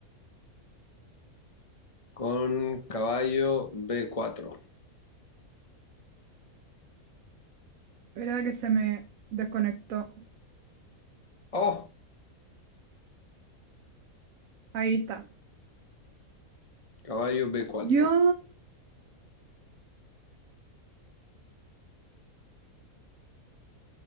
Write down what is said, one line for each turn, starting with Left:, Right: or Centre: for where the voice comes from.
Left: Con caballo B4.
Right: Espera que se me desconectó.
Left: ¡Oh!
Right: Ahí está.
Left: Caballo B4.
Right: Yo,